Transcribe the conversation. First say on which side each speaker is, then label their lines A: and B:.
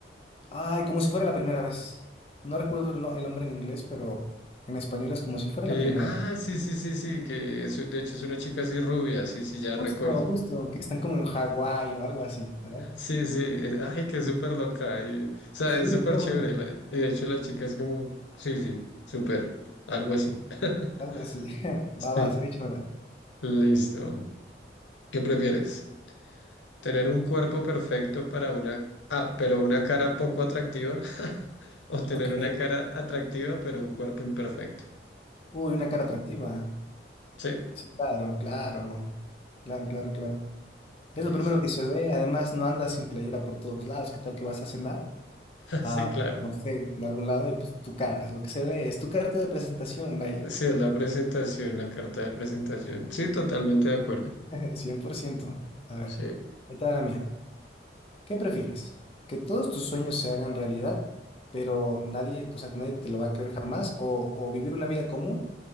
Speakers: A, on the left; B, on the left.
A: Ay, como si fuera la primera vez. No recuerdo el, no- el nombre en inglés, pero en español es como si fuera
B: Eh,
A: la primera
B: ah,
A: vez.
B: sí, sí, sí, sí, que es, de hecho es una chica así rubia, sí, sí, ya
A: Justo,
B: recuerdo.
A: justo, que están como en Hawái o algo así, ¿sabes?
B: Sí, sí, eh, ay, que es súper loca. y- o sea,
A: Sí,
B: es súper
A: está
B: chévere.
A: bueno,
B: la- y de hecho la chica es como, sí, sí, súper, algo así. <laughs>
A: algo así. <laughs> Babas,
B: Sí,
A: échamela.
B: listo. ¿Qué prefieres? ¿Tener un cuerpo perfecto para una... Ah, pero una cara poco atractiva? <laughs> ¿O tener
A: Ok.
B: una cara atractiva pero un cuerpo imperfecto?
A: Uy, una cara atractiva.
B: Sí,
A: Sí, claro, claro. Claro, claro, claro.
B: listo.
A: Es lo primero que se ve. Además, no andas sin playera por todos lados. ¿Qué tal que vas a cenar?
B: <laughs>
A: A,
B: Sí, claro.
A: no sé, a algún lado y pues tu cara es lo que se ve. Es tu carta de presentación, vaya.
B: Sí, es la presentación, la carta de presentación. Sí, totalmente de acuerdo.
A: <laughs> cien por ciento A ver,
B: Sí.
A: ahí está la mía. ¿Qué prefieres? ¿Que todos tus sueños se hagan realidad, pero nadie, o sea, nadie te lo va a creer jamás? ¿O, o vivir una vida común,